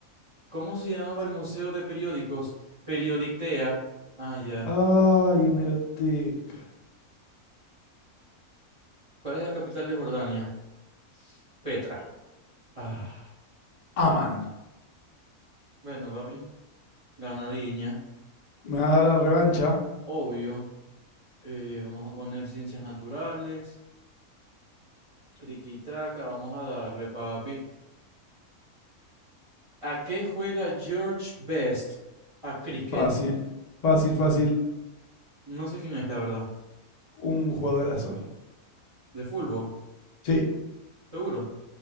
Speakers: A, on the right; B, on the left.
A: ¿Cómo se llamaba el museo de periódicos? Periodictea. Ah, ya.
B: Ay, hemeroteca.
A: ¿Cuál es la capital de Jordania? Petra. Ah,
B: Aman.
A: bueno, papi. Ganadiña.
B: Me va a dar la revancha.
A: Obvio. Eh, vamos a poner ciencias naturales. Triquitraca. Vamos a darle, papi. ¿A qué juega George Best? A cricket.
B: Fácil. Fácil, fácil.
A: No sé quién es, la verdad.
B: Un jugadorazo.
A: ¿De fútbol?
B: Sí,
A: Seguro.